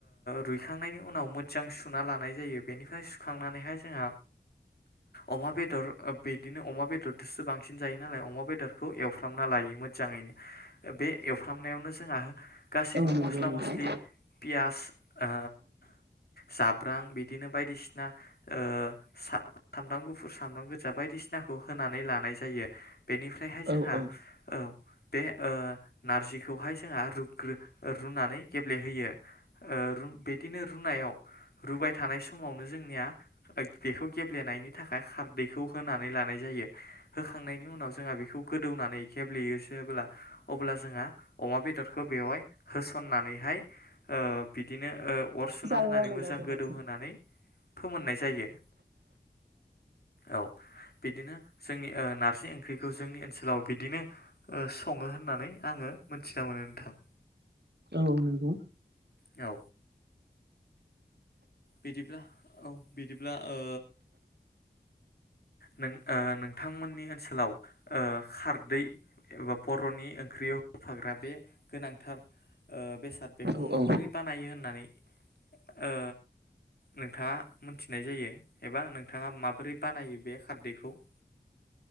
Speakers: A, on the left (about 65°); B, on the right (about 75°).
A: रुइखांनायनि उनाव मोजां सुना लानाय जायो बेनिफ्राय सुखांनानैहाय जोंहा अमा बेदर बिदिनो अमा बेदरजोंसो बांसिन जायो नालाय अमा बेदरखौ एवफ्रामना लायो मोजाङैनो। बे एवफ्रामनायावनो जोंहा गासिबो
B: औ नंगौ
A: मस्ला
B: नोंथां
A: मस्लि फियास ओ जाब्रां बिदिनो बायदिसिना ओ सामब्राम गुफुर सामब्राम गोजा बायदिसिनाखौ होनानै लानाय जायो बेनिफ्रायहाय जोंहा
B: औ औ
A: औ बे ओ नारजिखौहाय जोंहा रुग्रो रुनानै गेब्लेहोयो। ओ रु बिदिनो रुनायाव रुबाय थानाय समावनो जोंनिया बेखौ गेब्लेनायनि थाखाय खार दैखौ होनानै लानाय जायो होखांनायनि उनाव जोंहा बेखौ गोदौनानै गेब्लेयो एसे अब्ला अब्ला जोंहा अमा बेदरखौ बेवहाय होसननानैहाय ओ बिदिनो ओ अर सुना
B: जाहोआनो
A: होनानै मोजां
B: जाबाय
A: गोदौ
B: नै
A: होनोनानै फोमोननाय जायो। औ बिदिनो जोंनि ओ नारजि ओंख्रिखौ जोंनि ओनसोलाव बिदिनो सङो होननानै आङो मोनथिना मोनो नोंथां
B: औ नंगौ।
A: औ बिदिब्ला औ बिदिब्ला ओ नों नोंथांमोननि ओनसोलाव ओ खारदै एबा बर'नि ओंख्रियाव फाग्रा बे गोनांथार बेसाद बेखौ
B: औ
A: माबोरै
B: औ
A: बानायो होननानै ओ नोंथाङा मोनथिनाय जायो एबा नोंथाङा माबोरै बानायो बे खारदैखौ <unintelligible>